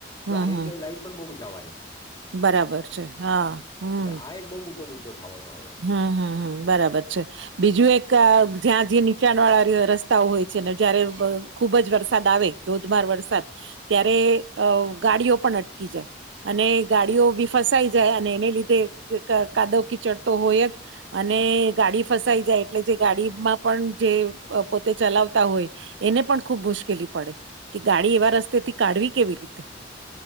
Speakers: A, on the right (about 75°); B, on the left (about 20°).
A: હમ
B: તો આની
A: હમ
B: લીધે લાઈટ પણ બહુ જવાની
A: બરાબર છે હા હું.
B: એટલે આ એક બહુ મોટો મુદ્દો થવાનો હવે
A: હું હું હું બરાબર છે બીજું એક જ્યાં જે નીચાણ વાળા રસ્તાઓ હોય છે ને જયારે ખુબ જ વરસાદ આવે ધોધમાર વરસાદ ત્યારે ગાડીઓ પણ અટકી જાય. અને ગાડીઓ બી ફસાઈ જાય અને એને લીધે કાદવ કિચડ તો હોય જ અને ગાડી ફસાઈ જાય એટલે જે ગાડીમાં પણ જે પોતે ચલાવતો. હોય એને પણ ખુબ મુશ્કેલી પડે કે ગાડી એવા રસ્તે થી કાઢવી કેવી રીતે